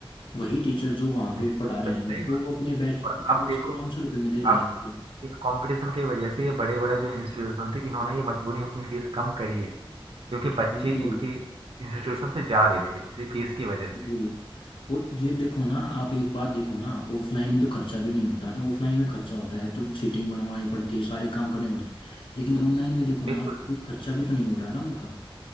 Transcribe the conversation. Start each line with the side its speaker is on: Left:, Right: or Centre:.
Left: वही टीचर जो वहाँ पे
Right: बिल्कुल
Left: पढ़ा
Right: सही
Left: रहे हैं
Right: सही
Left: मेरे
Right: बात।
Left: को वो अपने बैच
Right: और
Left: अलग
Right: अब देखो
Left: से 500 रुपए में दे रहे
Right: अब
Left: हैं
Right: इस कंपटीशन की वजह से ये बड़े बड़े जो इंस्टीट्यूशन थे इन्होंने ये मजबूरी अपनी फीस कम करी है क्योंकि बच्चे
Left: बिल्कुल
Right: इनकी इंस्टीट्यूशन से जा रहे थे इसी फीस की वजह से
Left: बिल्कुल। और ये देखो ना आप एक बात देखो ना ऑफलाइन में तो खर्चा भी नहीं होता ऑफलाइन में खर्चा होता है तो सीटिंग बनवानी पड़ती है सारे काम करने पड़ते हैं लेकिन ऑनलाइन में देखो ना
Right: बिल्कुल
Left: आपको
Right: बिल्कुल
Left: खर्चा भी तो नहीं हो रहा ना उनका